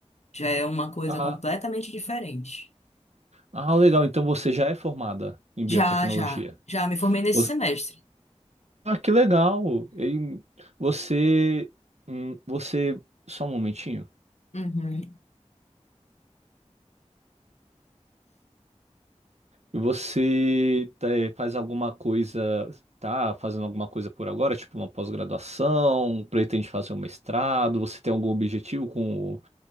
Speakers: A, on the left (about 70°); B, on the right (about 65°).
A: Já é uma coisa
B: Ah,
A: completamente diferente.
B: ah, legal. Então você já é formada em
A: Já,
B: biotecnologia.
A: já, já me formei nesse
B: Você-
A: semestre.
B: Ah, que legal. E você, hum, você só um momentinho.
A: Uhum.
B: E Você tá, eh, faz alguma coisa, tá fazendo alguma coisa por agora, tipo uma pós-graduação, pretende fazer um mestrado, você tem algum objetivo com o